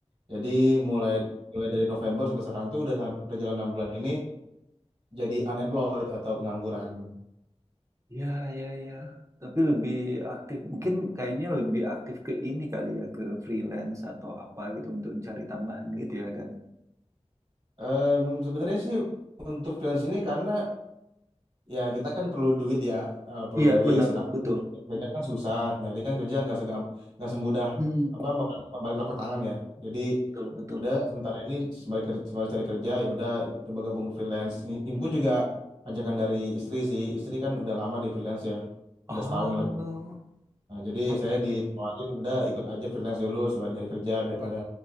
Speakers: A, on the right (about 45°); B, on the right (about 25°).
A: Jadi mulai mulai dari November sampai sekarang tuh udah sam- udah jalan 6 bulan ini jadi unemployed atau pengangguran.
B: Ya, ya, ya. Tapi lebih aktif, mungkin kayaknya lebih aktif ke ini kali ya, ke freelance atau apa gitu untuk cari tambahan gitu ya kan?
A: Em, sebenarnya sih untuk freelance ini karena ya kita kan perlu duit ya, eh, perlu
B: Iya,
A: duit.
B: bener,
A: sedang
B: betul.
A: kerja kan susah, nyari kan kerja nggak segam, nggak semudah
B: Mm,
A: apa membalik membalik telapak tangan ya. Jadi
B: betul, betul.
A: udah sementara ini sembari kerja, sembari cari kerja ya udah coba gabung ke freelance. Ini, ini pun juga ajakan dari istri sih. Istri kan udah lama di freelance ya, udah
B: Oh,
A: setahun lebih. Nah, jadi
B: oke,
A: saya
B: oke.
A: ditawarin udah ikut aja freelance dulu sembari nyari kerja daripada